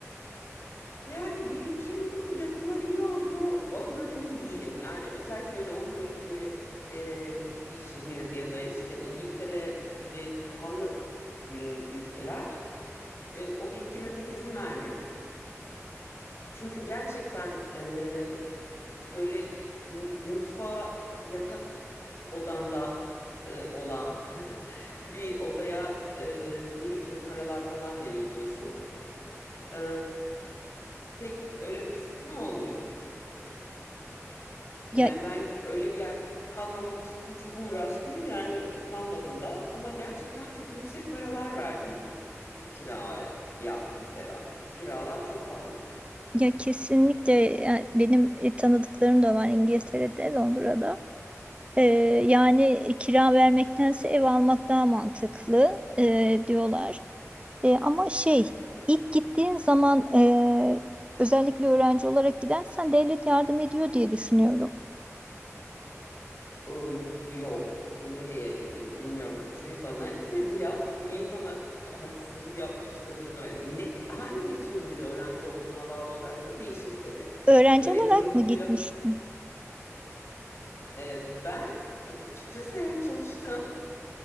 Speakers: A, on the left; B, on the right.
A: Yani birikim yapılabiliyor mu? Ondan emin değilim. Yani özellikle Londra gibi e, bir şehir ya da işte İngiltere gibi pahalı e, ülkeler e, o birikime pek izin vermiyor. Çünkü gerçekten e, böyle mu- mutfağa yatak odanda e, olan <laughs> bir odaya e, deli gibi paralar falan veriyorsun. E, pek öyle fırsatın olmuyor.
B: ya
A: Yani ben öyle bir yer kalmamak için çok uğraştım. Yani kalmadım da ama gerçekten çok yüksek paralar verdim kiraya mesela. Kiralar çok pahalı.
B: ya kesinlikle yani benim e, tanıdıklarım da var İngiltere'de, Londra'da. Ee, yani e, kira vermektense ev almak daha mantıklı e, diyorlar. E, ama şey
A: E,
B: ilk gittiğin zaman e, özellikle öğrenci olarak gidersen devlet yardım ediyor diye düşünüyorum.
A: O, yok. Nereye ediyor bilmiyorum. Bizi bana etmedi ya. Niye bana haksızlık yapmışlar acaba? Ne, hangi tür bir öğrenci olduğuna bağlı olarak da değişir tabii.
B: Öğrenci
A: Öyle
B: olarak
A: dil okuluyla
B: mı gitmiştin?
A: fa- e, ben açıkçası hem çalıştım